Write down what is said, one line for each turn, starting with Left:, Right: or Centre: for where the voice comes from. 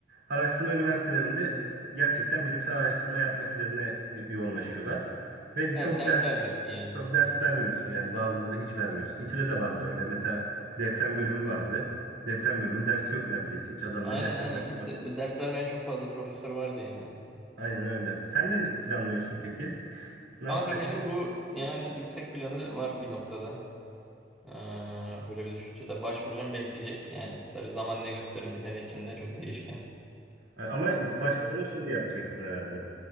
Right: Araştırma üniversitelerinde gerçekten bilimsel araştırma yapmak üzerine yo- yoğunlaşıyorlar. Ve
Centre: Evet
Right: çok
Centre: ders
Right: ders
Centre: vermiyorsun yani.
Right: çok ders vermiyorsun yani bazıları hiç vermiyorsun. İTÜ'de de vardı öyle. Mesela deprem bölümü vardı. Deprem bölümü dersi yok neredeyse hiç. Adamlar
Centre: Aynen
Right: deprem
Centre: aynen.
Right: araştırması.
Centre: Kimse bu ders vermeyen çok fazla profesör vardı yani.
Right: Aynen öyle. Sen ne planlıyorsun peki? Ne
Centre: Kanka
Right: yapacaksın?
Centre: benim bu yani yüksek planı var bir noktada. Ee, böyle bir düşünce. Tabii başvuracağım bekleyecek yani. Tabii zaman ne gösterir bir sene içinde çok değişken.
Right: Ama başvurunu şimdi yapacaksın herhalde.